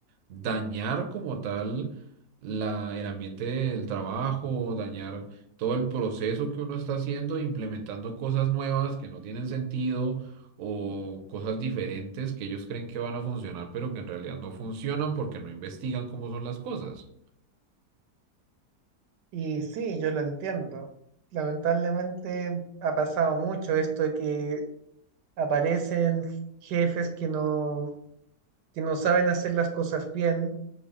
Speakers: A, on the right; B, on the right.
A: dañar como tal la, el ambiente del trabajo, dañar todo el proceso que uno está haciendo, implementando cosas nuevas que no tienen sentido o cosas diferentes que ellos creen que van a funcionar, pero que en realidad no funcionan porque no investigan cómo son las cosas.
B: Y sí, yo lo entiendo. Lamentablemente ha pasado mucho esto de que aparecen jefes que no, que no saben hacer las cosas bien